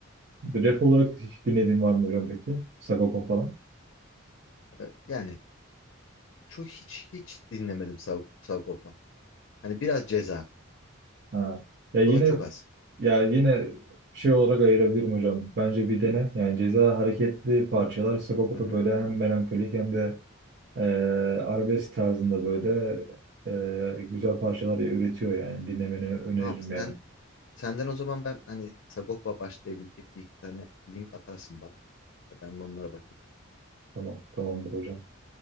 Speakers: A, on the right; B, on the left.
A: Rap olarak hiç dinlediğin var mı hocam peki? Sagopa falan.
B: E, Yani çok hiç hiç dinlemedim Sav- Sagop'a. Hani biraz ceza.
A: Ha. Ya yine
B: O da çok az.
A: ya yine şey olarak ayırabilirim hocam. Bence bir dene. Yani Ceza hareketli parçalar. Sagopa
B: Hı hı.
A: da böyle hem melankolik hem de eee arabesk tarzında böyle eee, güzel parçalar üretiyor yani. Dinlemeni öneririm
B: Tamam sen
A: yani.
B: senden o zaman ben hani Sagop'a başlayabilecek bir iki tane link atarsın bana. Ben bir onlara bakayım.
A: Tamam, tamamdır hocam.